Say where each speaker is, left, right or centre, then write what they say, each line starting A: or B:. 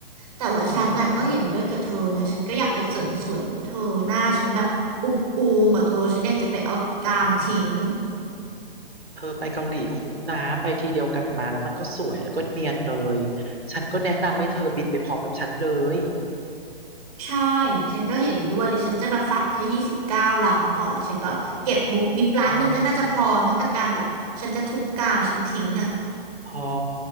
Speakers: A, on the right; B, on the right.
A: แต่ว่าฉันน่ะก็เห็นด้วยกับเธอนะฉันก็อยากไปเสริมสวยเหมือนเธอหน้าฉันแบบอุ้มอูมเหมือนเธอฉันอยากจะไปเอากรามทิ้ง
B: อ๋อแล้วโอ้ยเธอไปเกาหลีคุ้มนะไปทีเดียวกลับมาแล้วมันก็สวยแล้วก็เนียนเลยฉันก็แนะนำให้เธอบินไปพร้อมกับฉันเลย
A: ใช่ ฉันก็เห็นด้วยหรือฉันจะแบบฝากแค่ยี่สิบเก้าล้านก่อนแล้วฉันก็เก็บมุบมิบล้านหนึ่งก็น่าจะพอเท่ากับการแบบฉันจะทุบกามฉันทิ้งอ่ะ
B: เออ พอ